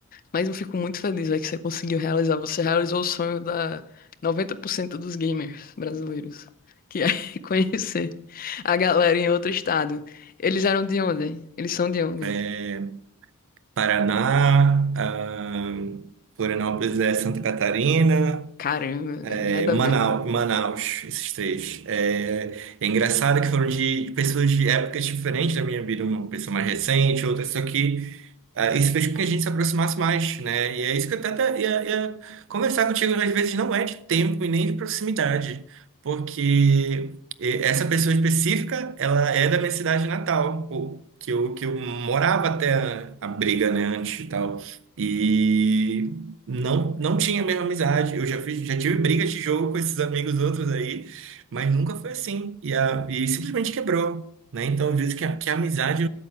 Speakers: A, on the left (about 40°); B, on the right (about 60°).
A: Mas eu fico muito feliz, véi, que você conseguiu realizar. Você realizou o sonho da 90% dos gamers brasileiros, que é <laughs> conhecer a galera em outro estado. Eles eram de onde? Eles são de onde?
B: É, Paraná, ah, Florianópolis é Santa Catarina,
A: Caramba, velho,
B: É,
A: nada
B: Manau-
A: a ver.
B: Manaus, esses três. É, é engraçado que foram de pessoas de épocas diferentes da minha vida, uma pessoa mais recente, outra, só que ah, Isso fez com que a gente se aproximasse mais, né? E é isso que eu até até ia, ia conversar contigo, às vezes não é de tempo e nem de proximidade, porque eh, essa pessoa específica, ela é da minha cidade natal, o- que eu, que eu morava até a, a briga, né, antes e tal. E não, não tinha a mesma amizade. Eu já fiz, já tive brigas de jogo com esses amigos outros aí, mas nunca foi assim. E, a, e simplesmente quebrou. Né? Então, eu vejo que a, que a amizade